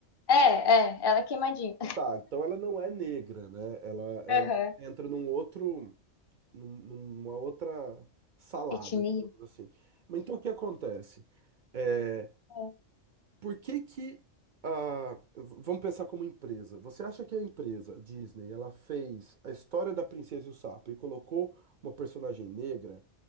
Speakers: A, on the left; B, on the right.
A: é, é, ela é queimadinha.
B: Tá, então ela não é negra, né? Ela, ela
A: Aham.
B: entra num outro. num- numa outra salada,
A: Etnia?
B: digamos assim. Mas então o que acontece? É,
A: É,
B: por que que a, v- vamos pensar como empresa. Você acha que a empresa Disney, ela fez a história da Princesa e o Sapo e colocou uma personagem negra?